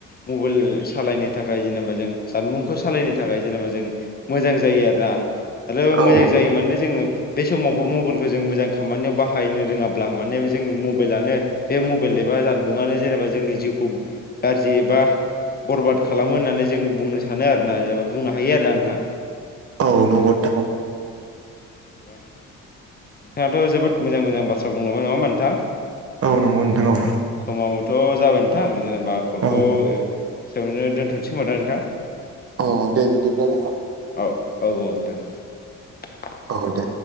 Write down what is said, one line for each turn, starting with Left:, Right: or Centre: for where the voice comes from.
Left: मबाइल सालायनो थाखाय जेनेबा जों जानबुंखौ सालायनो थाखाय जेनेबा जों मोजां जायो आरो ना आरो मोजां
Right: औ
Left: जायो माने जोङो बे समावबो मबाइलखौ जों मोजां खामानियाव बाहायनो रोङाब्ला माने जों मबाइलानो बे मबाइल एबा जानबुंआनो जेनेबा जोंनि जिउखौ गाज्रि एबा बरबाद खालामो होननानै जों बुंनो सानो आरोना जेनेबा बुंनो हायो आरोना नोंथां।
Right: औ नंगौ नोंथां ओ।
Left: औ नोंथां जेनेबा नोंथाङाथ' जोबोद मोजां-मोजां बाथ्रा बुंलबाय नङाहोमबा नोंथां।
Right: नंगौ औ नोंथां औ
Left: समाबोथ' जाबाय नोंथां जेनेबा कलखौ
Right: औ
Left: एसेयावनो दोन्थ'नोसै खोमोनदां नोंथां। <unintelligible>
Right: अ दे बिदिब्लालाय हाबाय
Left: औ औ औ नोंथां औ।
Right: औ औ दे